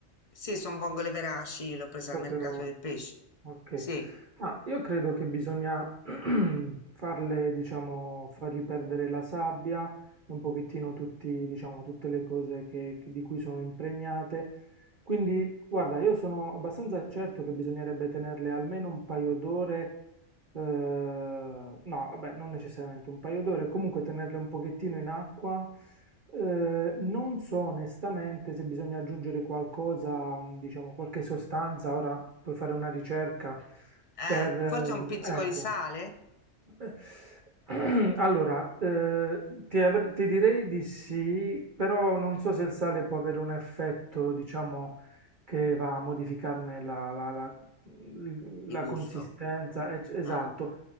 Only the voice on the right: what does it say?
Proprio...
Ok,
ma io credo che bisogna <clears throat> farle, diciamo, fargli perdere la sabbia, e un pochettino tutti, diciamo, tutte le cose che- che- di cui sono impregnate. Quindi, guarda, io sono abbastanza certo che bisognerebbe tenerle almeno un paio d'ore eh, no, vabbè, non necessariamente un paio d'ore, comunque tenerle un pochettino in acqua. Eh, non so onestamente se bisogna aggiungere qualcosa, mh, diciamo qualche sostanza, ora puoi fare una ricerca
per... eh,
ecco,
eh, <clears throat> Allora, eh, ti, avr- ti direi di sì, però non so se il sale può avere un effetto, diciamo, che va a modificarne la, la- la- l-
la
consistenza. ec- Esatto.